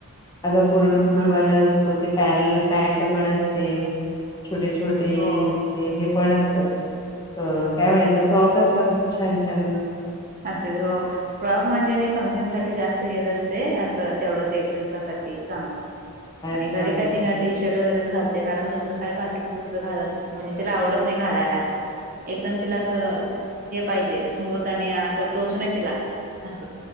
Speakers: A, on the left; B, on the right.
A: असा पूर्ण फुलवाला
B: हा
A: अस. तो ते पॅरलल पॅन्ट पण असते छोटे छोटे
B: हो
A: ते हे. पण असतात अ काय म्हणायचं फ्रॉक असतात खूप छान छान.
B: असतात हो. फ्रॉक म्हणजे मी फंक्शन साठी जास्त घेत असते असं तेवढंच एक दिवसासाठी चांगलं.
A: अच्छा
B: आणि घरी
A: म्हणजे
B: काय तिनं. टी शर्ट वगैरेच घालते कारण दुसरं काय बाकीच दुसरं घालत म्हणजे तिला आवडत नाही घालायला असं. एकदम तिला असं हे पाहिजे स्मूथ. त आणि असं टोचू नये तिला असं.